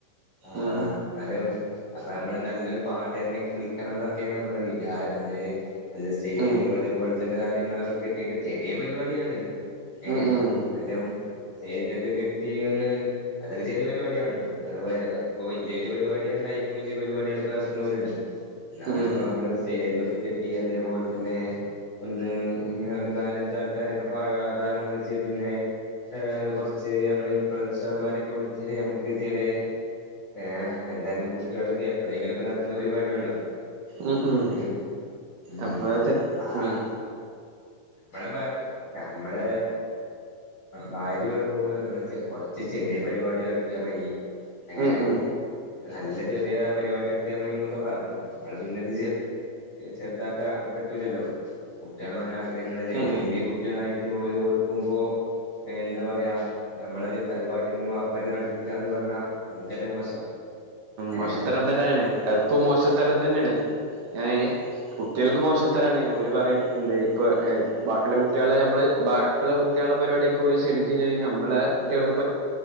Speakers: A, on the left; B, on the right.
A: ആഹ്
B: ഉം
A: എന്നാലും അപ്പൊ നമ്മള് നല്ലൊരു പാട്ടാരനൊക്കെ വിളിക്കണം എന്നൊക്കെയാണ് നമ്മള വിചാരം ഏഹ് അല്ല സ്റ്റേജും
B: ഉം
A: അതേപോലെ തന്നെ സധാനയങ്ങളൊക്കെ കെട്ടിയിട്ട് ചെറിയ പരിപാടിയാണ് ഏഹ്
B: ഉം ഉം
A: എന്നാലും സ്റ്റേജ്ഒക്കെ കെട്ടിന്ന് അതൊക്കെ ചെറിയ പരിപാടിയാണല്ലോ ഇപ്പൊ വലിയ വലിയ പരിപാടി തായിരിക്കും വലിയ പരിപാടി അടുപ്പ നടത്തുന്നോലുണ്ട് എന്നാലും
B: ഉം
A: ഇപ്പ നമ്മള് സ്റ്റേജ ഒക്കെ കിട്ടി അതേപോലെ തന്നെ ഒന്ന് ഒരു നാലഞ്ചാൾക്കാരൊക്കെ പാടാനം വിളിച്ച് പിന്നെ കുറച്ച് നമ്മള് ഇൻഫ്ലുവൻസർമാരൊക്കെ വിളിച്ചല് നമ്മുക്ക് ചെറിയ ഏർ എന്തായാലും കുട്ടികളോക്കെ എപ്പോഴെങ്കിലുംക്കെ നടത്തുന്ന പരിപാടിയണല്ലോ
B: ഉം ഉം
A: ഏഹ് ഉം
B: അപ്പൊ സെറ്റ് ഉം
A: ആഹ് ബടെ പ്പ നമ്മെളെ ഭാര്യ പറഞ്ഞു പോ നമ്മള് കൊറച്ച് ചെറിയ പരിപാടി നട ത്തിയ മതി ഏഹ്
B: ഉം ഉം
A: നല്ല ചെറിയ പരിപാടി എടുത്തിയാമ്മന്നൊക്കെ പറഞ്ഞില്ല നമ്മള പിന്നെത് ചെറുതാക്കാൻ പറ്റൂലല്ലോ കുട്ടികള ഒരാഗ്രഹങ്ങളല്ലേന്ന്
B: ഉം
A: വല്യ കുട്ടികളായിട്ട് ഓല ഓർക്കുമ്പോ എന്താ പറയാ നമ്മളത് പരിപാടിയൊന്നും വാപ്പാര് നടത്തില്ല എന്ന് പറഞ്ഞാൽ നമക്കല്ല മോശം ഏ
B: മോശത്തരം തന്നെയാണ് അപ്പ മോശം തരം തന്നെയാണ് ഏഹ് കുട്ടികൾക്ക് മോശത്തരാണ് ഓല് പറയും എന്ത് ഇപ്പ ബാക്കിയുള്ള കുട്ടികളില നമ്മളെ ബാക്കിള്ള കു കുട്ടികള പരിപാടിക്കോല് ക്ഷണിക്കും ചെയ്യും നമ്മള് കുട്ടികൾക്ക്